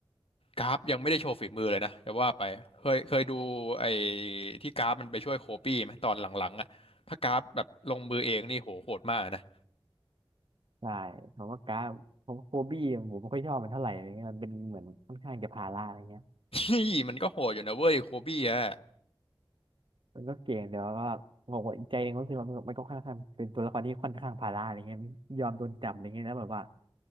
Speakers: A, on the left; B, on the right.
A: กราฟยังไม่ได้โชว์ฝีมือเลยนะจะว่าไปเคยเคยดูไอ้ที่กราฟมันไปช่วยโคบี้ไหมตอนหลังๆอ่ะถ้ากราฟแบบลงมือเองนี่โหโหดมากนะ
B: ใช่ผมว่าการผมว่าโฟบี้ผมไม่ค่อยชอบมันเท่าไหร่อะไรเงี้ยมันเป็นเหมือนค่อนข้างจะภาระอะไรเงี้ย
A: นี่มันก็โหดอยู่นะเว้ยโคบี้อ่ะ
B: มันก็เก่งแต่ว่าผมว่าอีกใจหนึงก็รู้สึกว่ามันมันก็ค่อนข้างเป็นตัวละครที่ค่อนข้างภาระอะไรเงี้ยยอมโดนจับอะไรเงี้ยแล้วแบบว่า